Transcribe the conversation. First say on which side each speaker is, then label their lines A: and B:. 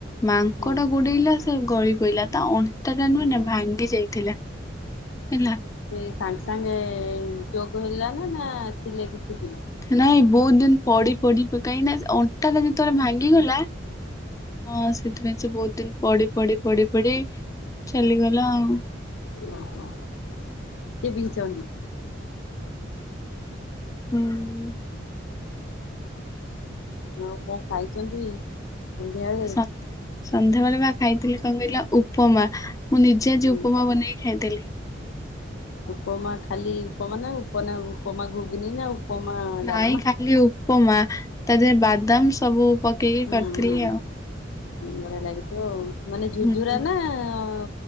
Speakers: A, on the left; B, on the left.
A: ମାଙ୍କଡ଼
B: ହୁଁ
A: ଗୋଡେଇଲା ସେ ଗଳି ପଇଲା ତା ଅଁ। ଟା
B: ହୁଁ।
A: ନୁହେଁ ନା ଭାଙ୍ଗି ଯାଇଥିଲା ହେଲା।
B: ସେ ସାଙ୍ଗେ ସାଙ୍ଗେ ଚୋକ ହେଲା ନା ନା ଥିଲେ କିଛି ଦି।
A: ନାଇଁ ବହୁତ ଦିନ ପଢି ପଢି କାହିଁକି ନା। ତାହେଲେ ଯେତବେଳେ ଭାଙ୍ଗିଗଲା ହଁ। ସେଥିପାଇଁ ସେ ବହୁତ ଦିନ ପଢି ପଢି ପଢି ପଢି ଚାଲିଗଲା ଆଉ।
B: ଓହୋ ସେ ବିିଚଁନ୍ତି।
A: ହୁଁ।
B: ଆଉ କଣ ଖାଇଛନ୍ତି? ସନ୍ଧ୍ୟାବେଳେ
A: ସନ୍ଧ୍ୟା ସନ୍ଧ୍ୟାବେଳେ ବା ଖାଇଥିଲି କଣ କହିଲା ଉପମା। ମୁଁ ନିଜେ ଆଜି
B: ହୁଁ।
A: ଉପମା ବନେଇକି ଖାଇଥିଲି।
B: ଉପମା ଖାଲି ଉପମା ନା ଉପନା ଉପମା ଘୁଗୁନି ନା। ଉପମା
A: ନାଇଁ
B: ଡାଲମା?
A: ଖାଲି ଉପମା ତା ଦେହରେ ବାଦାମ ସବୁ। ପକେଇକି
B: ହୁଁ
A: କରିଥିଲି
B: ହୁଁ
A: ଆଉ।
B: ବଢିଆ ଲାଗିଥିବ ଆଉ ମାନେ ଝୁଝୁରା
A: ହୁଁ
B: ନା ଅ।